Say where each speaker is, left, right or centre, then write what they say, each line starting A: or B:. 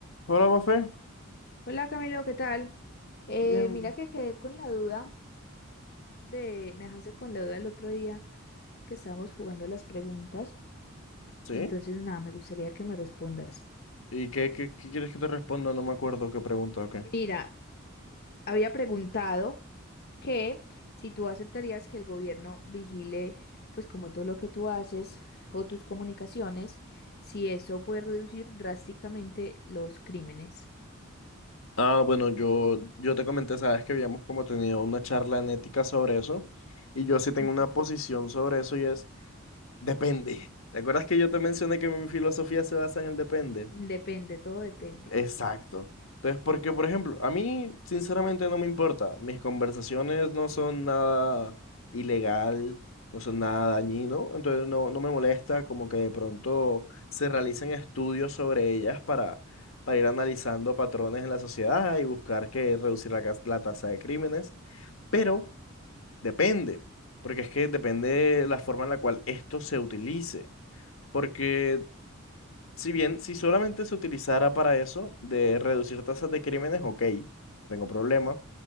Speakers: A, on the left; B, on the left.
A: Hola, Mafe.
B: Hola Camilo, ¿qué tal? Eh,
A: Bien.
B: mira que quedé con la duda de, me dejaste con la duda el otro día que estábamos jugando las preguntas,
A: ¿Sí?
B: entonces nada, me gustaría que me respondas.
A: ¿Y qué, qué, qué quieres que te responda? No me acuerdo qué pregunta o qué.
B: Mira, había preguntado que si tú aceptarías que el gobierno vigile pues como todo lo que tú haces o tus comunicaciones, si eso puede reducir drásticamente los crímenes.
A: Ah, bueno, yo, yo te comenté, sabes que habíamos como tenido una charla en ética sobre eso, y yo sí tengo
B: Ujú.
A: una posición sobre eso y es, depende. ¿Te acuerdas que yo te mencioné que mi filosofía se basa en el depende?
B: Depende, todo depende.
A: Exacto. Entonces, porque, por ejemplo, a mí sinceramente no me importa. Mis conversaciones no son nada ilegal, no son nada dañino, entonces no, no me molesta como que de pronto se realicen estudios sobre ellas para, para ir analizando patrones en la sociedad y buscar que reducir la, cas- la tasa de crímenes. Pero depende, porque es que depende la forma en la cual esto se utilice. Porque si bien, si solamente se utilizara para eso, de reducir tasas de crímenes, ok, no tengo problema,